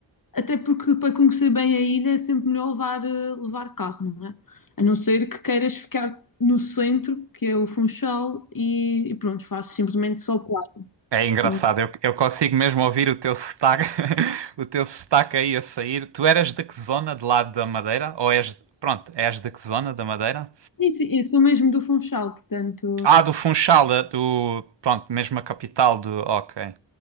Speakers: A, on the left; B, on the right.
A: Até porque para conhecer bem a ilha é sempre melhor levar, eh, levar carro, não é? A não ser que queiras ficar no centro, que é o Funchal, e, e pronto, faz simplesmente só praia,
B: É engraçado,
A: não é?
B: eu, eu consigo mesmo ouvir o teu sotaque, <laughs> o teu sotaque aí a sair. Tu eras de que zona de lado da Madeira? Ou és, pronto, és de que zona da Madeira?
A: E sim, eu sou mesmo do Funchal, portanto,
B: Ah, do Funchal, da- do, pronto, mesmo a capital do, ok,